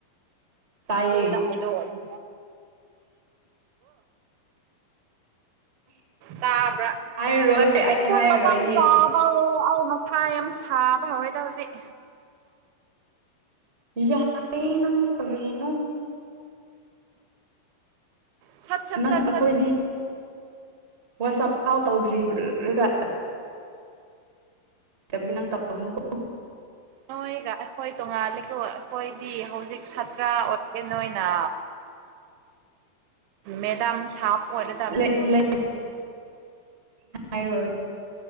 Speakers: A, on the right (about 45°); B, on the right (about 80°).
A: ꯇꯥꯏꯌꯦ
B: ꯑꯗꯨꯨ ꯍꯥꯏꯗꯣꯛꯑꯗꯤ ꯇꯥꯕ꯭ꯔꯥ
A: ꯍꯥꯏꯔꯣꯏ ꯑꯩ ꯍꯥꯏꯔꯣꯏꯍꯦ
B: ꯃꯇꯝ <unintelligible> ꯍꯧꯔꯦ ꯑꯩ ꯃꯊꯥ ꯌꯥꯝ ꯁꯥꯕ ꯍꯧꯔꯦꯗ ꯍꯧꯖꯤꯛ
A: ꯌꯥꯔꯦ ꯅꯪꯁꯨ ꯀꯔꯤꯅꯣ
B: ꯁꯠ ꯁꯠ
A: ꯅꯪ
B: ꯁꯠ
A: ꯑꯩꯈꯣꯏꯗꯤ
B: ꯁꯠ
A: ꯋꯥꯆꯞ ꯄꯥꯎ ꯇꯧꯗ꯭ꯔꯤꯕꯒ <unintelligible>
B: ꯅꯣꯏꯒ ꯑꯩꯈꯣꯏ ꯇꯣꯉꯥꯜꯂꯤꯀꯣ ꯑꯩꯈꯣꯏꯗꯤ ꯍꯧꯖꯤꯛ ꯁꯥꯇ꯭ꯔ ꯑꯣꯏꯔꯦ ꯅꯣꯏꯅ
A: <inaudible>
B: ꯃꯦꯗꯥꯝ ꯁꯥꯕ ꯑꯣꯏꯔꯦꯗꯝꯃꯦ
A: ꯂꯩ ꯂꯩ ꯍꯥꯏꯔꯣꯏ